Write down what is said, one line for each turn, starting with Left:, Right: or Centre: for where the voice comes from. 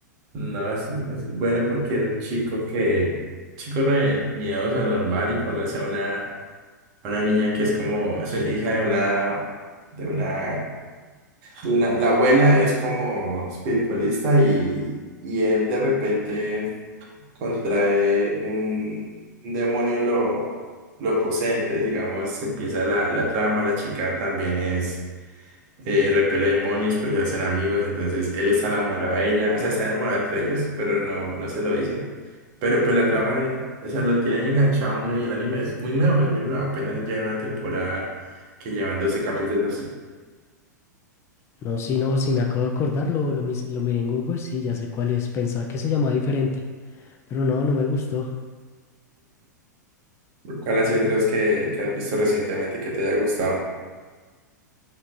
Right: No, es, es buena porque es un chico que, chico re miedoso, normal y conoce a una, a una niña que es como, es hija de una, de una, de una, la abuela es como espiritualista y, y él de repente contrae un, un demonio lo, lo posee, entonces digamos, empieza la, la trama, la chica también es eh, repele demonios, pero se hacen amigos, entonces él está enamorado de ella, o sea, está enamorado entre ellos, pero no, no se lo dicen. Pero pues la trama, eh, o sea, lo tienen enganchado a uno y el anime es muy nuevo, es muy nuevo, apenas lleva una temporada que llevan doce capítulos.
Left: No, si no, si me acabo de acordar, lo, lo, mis- lo miré en Google, sí, ya sé cuál es. Pensaba que se llamaba diferente, pero no, no me gustó.
Right: ¿Cuál ha sido otro que, que has visto recientemente que te haya gustado?